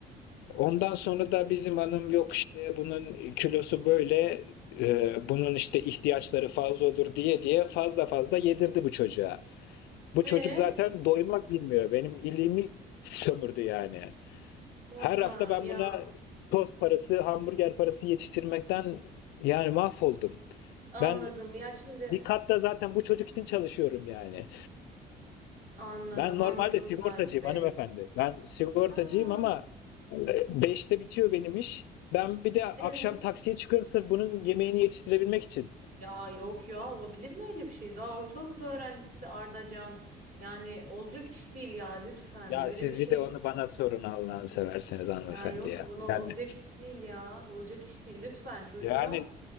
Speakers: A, on the left; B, on the right.
A: Ondan sonra da bizim hanım yok işte bunun kilosu böyle e, bunun işte ihtiyaçları fazla olur diye diye fazla fazla yedirdi bu çocuğa. Bu
B: e,
A: çocuk zaten doymak bilmiyor. Benim iliğimi sömürdü yani. Her
B: aha
A: hafta ben
B: ya.
A: buna tost parası, hamburger parası yetiştirmekten yani mahvoldum.
B: Anladım.
A: Ben
B: Ya şimdi
A: bir katta zaten bu çocuk için çalışıyorum yani.
B: Anladım,
A: Ben
B: anladım
A: normalde sigortacıyım
B: Tarık Bey.
A: hanımefendi. Ben sigortacıyım
B: Ha,
A: ama e, beşte bitiyor benim iş. Ben bir de akşam
B: evet.
A: taksiye çıkıyorum sırf bunun yemeğini yetiştirebilmek için.
B: Ya yok ya olabilir mi öyle bir şey? Daha ortaokul öğrencisi Ardacan. Yani olacak iş değil ya lütfen
A: Ya
B: böyle
A: siz
B: bir şey.
A: bir de onu bana sorun Allah'ını severseniz hanımefendi
B: Ya yok
A: ya.
B: buna
A: Yani
B: olacak iş değil ya. Olacak iş değil lütfen çocuğa
A: yani